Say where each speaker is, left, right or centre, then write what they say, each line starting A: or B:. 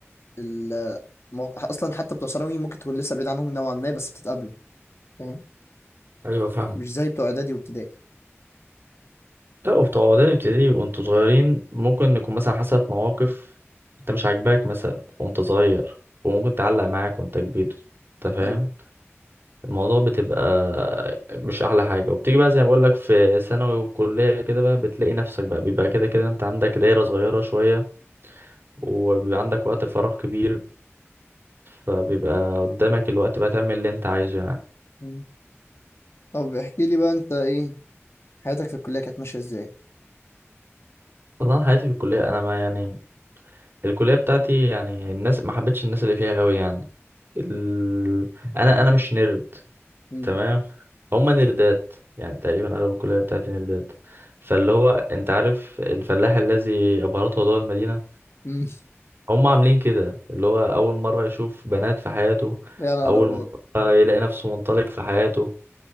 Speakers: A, on the left; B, on the right.
A: ال... مو- اصلا حتى بتوع ثانوي ممكن تكون لسه بعيد عنهم نوعا ما بس بتتقابلوا فاهم
B: ايوه فاهم
A: مش زي بتوع اعدادي وابتدائي
B: لا وبتوع اعدادي ابتدائي وانتوا صغيرين ممكن يكون مثلا حصلت مواقف انت مش عاجباك مثلا وانت صغير وممكن تعلق معاك وانت كبير انت فاهم
A: ايوه
B: الموضوع بتبقى مش احلى حاجه وبتيجي بقى زي ما بقول لك في ثانوي والكليه كده بقى بتلاقي نفسك بقى بيبقى كده كده انت عندك دايره صغيره شويه وبيبقى عندك وقت فراغ كبير فبيبقى قدامك الوقت بقى تعمل اللي انت عايزه يعني
A: مم. طب احكي لي بقى انت ايه حياتك في الكليه كانت ماشيه ازاي
B: والله أنا حياتي في الكليه انا ما يعني الكليه بتاعتي يعني الناس ما حبيتش الناس اللي فيها قوي يعني ال... انا انا مش نيرد
A: مم.
B: تمام هما نيردات يعني تقريبا اغلب الكليه بتاعتي نيردات فاللي هو انت عارف الفلاح الذي ابهرته ضوء المدينه
A: مم.
B: هم عاملين كده اللي هو أول مرة يشوف بنات في حياته
A: يا نهار
B: أول
A: ابيض
B: مرة يلاقي نفسه منطلق في حياته